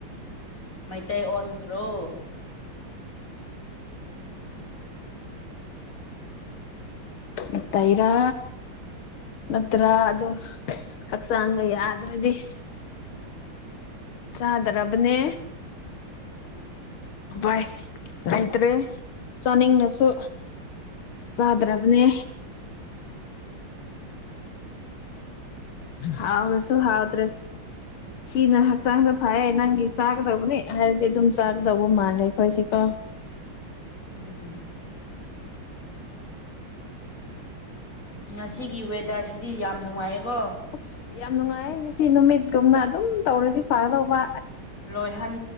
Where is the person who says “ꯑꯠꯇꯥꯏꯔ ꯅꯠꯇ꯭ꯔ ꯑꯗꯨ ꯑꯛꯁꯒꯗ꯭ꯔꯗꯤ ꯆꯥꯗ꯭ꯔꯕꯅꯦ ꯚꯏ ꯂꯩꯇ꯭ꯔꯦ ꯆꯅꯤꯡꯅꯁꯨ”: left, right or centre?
Left